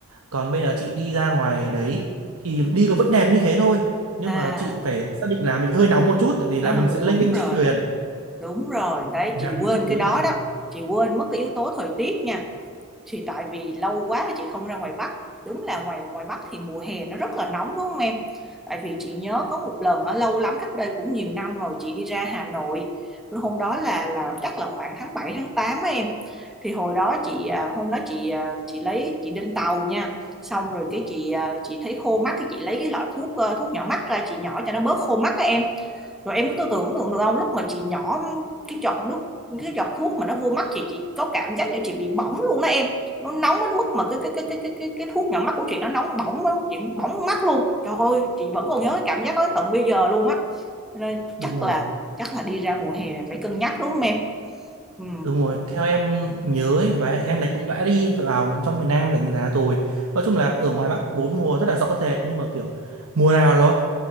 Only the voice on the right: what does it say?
Còn bây giờ chị đi ra ngoài đấy thì đi nó vẫn đẹp như thế thôi. Nhưng
mà chị phải xác định là mình hơi nóng một chút tại vì là
mình sẽ lênh
đênh
trên thuyền,
nắng
các thứ
rất là
đúng
rồi.
Đúng rồi, theo em nhớ ấy, và em này cũng đã đi vào trong miền Nam đánh giá rồi. Nói chung là ở ngoài Bắc bốn mùa rất là rõ rệt nhưng mà kiểu mùa nào nó